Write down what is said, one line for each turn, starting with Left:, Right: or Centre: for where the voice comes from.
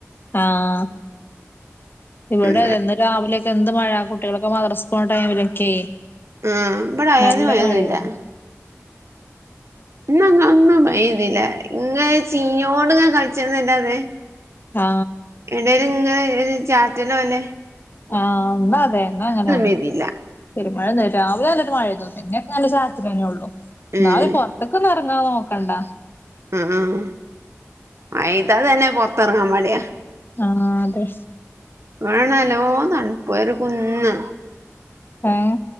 Left: ആഹ ഇവിടെന്ന്
Right: ഉം
Left: രാവിലെ എന്ത് മഴ കുട്ടികളൊക്കെ മദ്രസ്പണ ടൈമിലൊക്കെ
Right: ആ ഇവിടെ അയാതി
Left: നല്ല
Right: മഴയൊന്നുല്ല
Left: മഴയരുന്നു.
Right: എന്നാ കാന്നാ പൈ ഇതില്ല ഇങ്ങനെ ചീനോട്ങ്ങ കളിച്ചരുന്നല്ല അതെ.
Left: ആ
Right: എവിടൽ ഇങ്ങ ചാറ്റന പോന്നെ.
Left: ആ എന്താ അതെ എന്ന അങ്ങനെയാണ്
Right: പെയ്തില്ല
Left: പെരുമഴയ രാവിലെ നന്നിട്ട് മഴയ തോന്നും ഇങ്ങെെ നല്ല സാഹത്തി തന്നെ ഉള്ളൂ
Right: ഉം
Left: നാളറ ഇതൊക്കെ നിറങ്ങാതെ നോക്കണ്ട.
Right: ഉം അയിതാ തന്നെ പൊറത്തിറങ്ങാൻ മാടിയാ.
Left: ആഹ് അതെ
Right: വേണല്ലോ തണുപ്പർ കുന്ന
Left: ഏഹ്